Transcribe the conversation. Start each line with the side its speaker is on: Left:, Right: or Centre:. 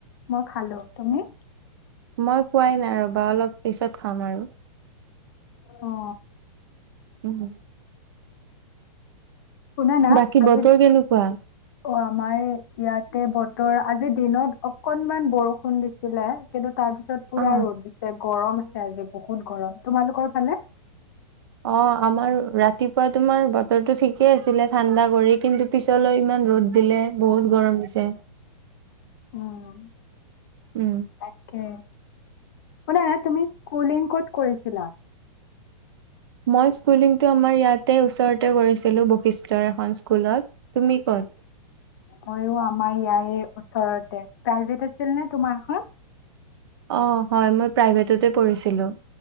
Left: মই খালো তুমি
Right: মই খুৱাই নাই ৰ'বা অলপ পিছত খাম আৰু
Left: অ
Right: উম
Left: শুনা না
Right: বাকী
Left: আজি
Right: বতৰ কেনেকুৱা
Left: অ আমাৰ ইয়াতে বতৰ আজিৰ দিনত অকনমান বৰষুণ দিছিলে কিন্তু তাৰ পিছত পুৰা
Right: অ
Left: ৰ'দ দিছে গৰম আছে আজি বহুত গৰম তোমালোকৰ ফালে
Right: অ আমাৰ ৰাতিপুৱা তোমাৰ বতৰটো ঠিকেই আছিলে ঠাণ্ডা কৰি কিন্তু পিছলৈ ইমান ৰ'দ দিলে বহুত গৰম দিছে
Left: উম
Right: উম
Left: তাকে শুনা তুমি স্কুলিং ক'ত কৰিছিলা
Right: মই স্কুলিংটো আমাৰ ইয়াতে ওচৰতে কৰিছিলো বৈশিষ্টৰ এখন স্কুলত তুমি ক'ত
Left: মইও আমাৰ ইয়াৰে ওচৰতে প্ৰাইভেট আছিল নে তোমাৰ খন
Right: অ হয় মই প্ৰাইভেটতে পঢ়িছিলোঁ